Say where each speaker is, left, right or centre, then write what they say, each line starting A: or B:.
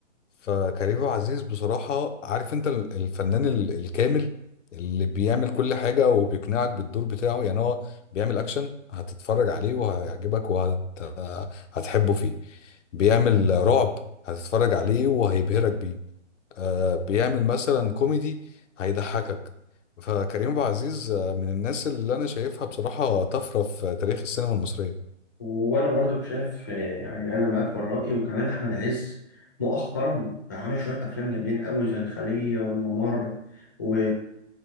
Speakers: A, on the left (about 70°); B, on the left (about 15°).
A: فكريم عبد العزيز بصراحة عارف أنت ال- الفنان ال- الكامل اللي بيعمل كل حاجة وبيقنعك بالدور بتاعه يعني هو بيعمل أكشن هتتفرج عليه وهيعجبك وهتحبه فيه بيعمل رعب هتتفرج عليه وهيبهرك بيه آه، بيعمل مثلا كوميدي هيضحكك فكريم عبد العزيز آه، من الناس اللي انا شايفها بصراحة طفرة في تاريخ السينما المصرية
B: وانا برضو شايف آه، يعني انا معاك في الراي وكمان احمد عز مؤخرا بقى عامل شويه افلام جامدين قوي زي الخليه والممر و...